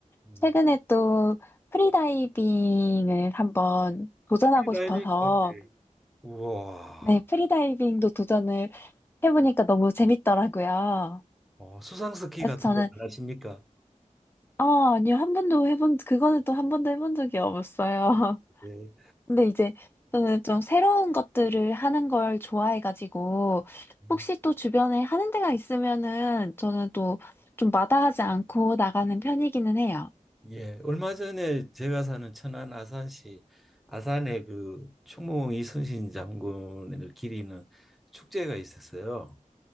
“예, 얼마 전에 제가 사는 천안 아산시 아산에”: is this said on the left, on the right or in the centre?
Centre